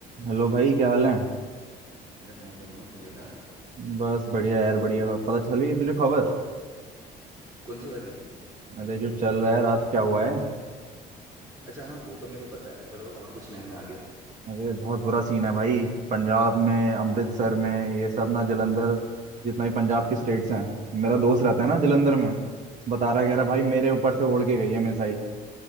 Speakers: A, on the right; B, on the right.
A: Hello भाई क्या हाल है
B: अरे मैं बढ़िया हूँ तू बता
A: बस बढ़िया यार बढ़िया पता चली है तुझे खबर
B: कौन सी वाली
A: अरे जो चल रहा है रात क्या हुआ है
B: अच्छा हाँ वो तो मेरे को पता है मेरे को लगा और कुछ नए में आ गया
A: अरे बहुत बुरा सीन है भाई पंजाब में अमृतसर
B: हाँ।
A: में ये सब ना जलंधर जितना भी पंजाब के स्टेट्स हैं मेरा दोस्त रहता है ना जलंधर में बता रहा है
B: हम्म
A: कह रहा है, भाई मेरे ऊपर से उड़ के गई है मिसाइल